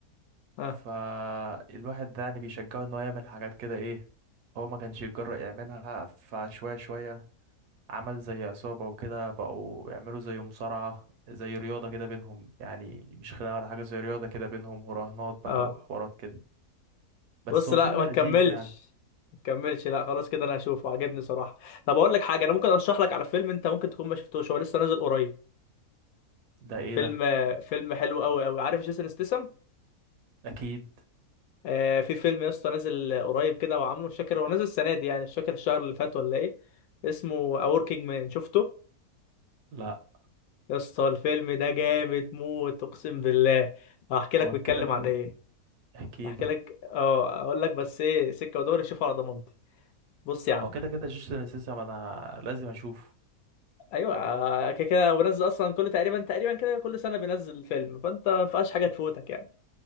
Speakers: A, on the left (about 70°); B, on the right (about 80°).
A: اه
B: فالواحد ده يعني بيشجعه ان هو يعمل حاجات كده ايه هو ما كانش يتجرأ يعملها فشوية شوية عمل زي عصابة وكده بقوا يعملوا زي مصارعة زي رياضة كده بينهم يعني مش خناقة ولا حاجة زي رياضة كده بينهم وراهنات بقى
A: اه
B: وحوارات كده بس
A: بص
B: هو
A: لا
B: فيلم
A: ما
B: لذيذ
A: تكملش
B: يعني
A: ما تكملش لا خلاص كده انا هشوفه عجبني صراحه طب اقول لك حاجه انا ممكن ارشح لك على فيلم انت ممكن تكون ما شفتوش هو لسه نازل قريب
B: ده ايه
A: فيلم
B: ده
A: فيلم حلو قوي قوي عارف جيسون ستاثام
B: اكيد
A: آه في فيلم يا اسطى نازل قريب كده هو عامله مش فاكر هو نازل السنه دي يعني مش فاكر الشهر اللي فات ولا ايه اسمه A Working Man شفته
B: لا
A: يا اسطى الفيلم ده جامد موت اقسم بالله هحكي
B: هو
A: لك بيتكلم
B: كده كده
A: عن ايه
B: احكي
A: هحكي
B: لي
A: لك اه اقول لك بس ايه سكه ودوري شوف على ضمانتي بص يا عم
B: هو كده كده جيسون انسيسا ما انا لازم اشوفه
A: ايوه آه، كده كده هو بينزل اصلا كل تقريبا تقريبا كده كل سنه بينزل فيلم فانت ما ينفعش حاجه تفوتك يعني